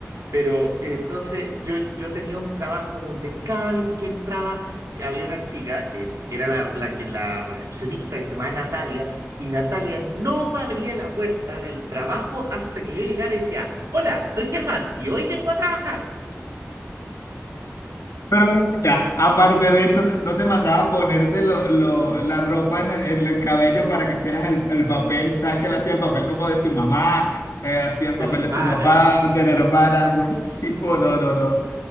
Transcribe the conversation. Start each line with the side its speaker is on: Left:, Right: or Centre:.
Right: Pero eh, entonces yo, yo tenía un trabajo donde cada vez que entraba había una chica que, que era la, la que- la recepcionista que se llamaba Natalia y Natalia no me abría la puerta del trabajo hasta que yo llegara y decía, hola, soy Germán y hoy vengo a trabajar
Left: Pero ven acá, aparte de eso, ¿no te mandaba ponerte lo- lo- la ropa en el, en el cabello para que hicieras el, el papel? ¿Sabes que él hacía el papel como de su mamá? Eh, hacía el
Right: de
Left: papel
Right: la hermana.
Left: de su papá, de la hermana, <laughs> buenísimo, no, no, no.